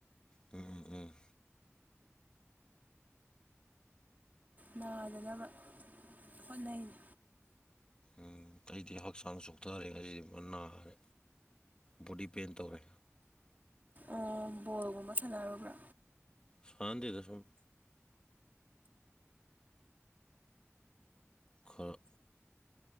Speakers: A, on the left; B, on the right.
A: ꯎꯝ ꯎꯝ
B: ꯅꯥꯗꯅꯕ ꯍꯣꯠꯅꯩꯅꯦ
A: ꯎꯝ ꯑꯩꯗꯤ ꯍꯛꯆꯥꯡ ꯆꯣꯛꯊꯔꯦ ꯑꯩ ꯅꯥꯔꯦ ꯕꯣꯗꯤ ꯄꯦꯟ ꯇꯧꯔꯦ
B: ꯑꯥ ꯕꯣꯜꯒꯨꯝꯕ ꯁꯥꯅꯔꯕ꯭ꯔꯥ
A: ꯁ꯭ꯅꯅꯥꯗꯦꯗꯁꯨꯝ ꯈꯜ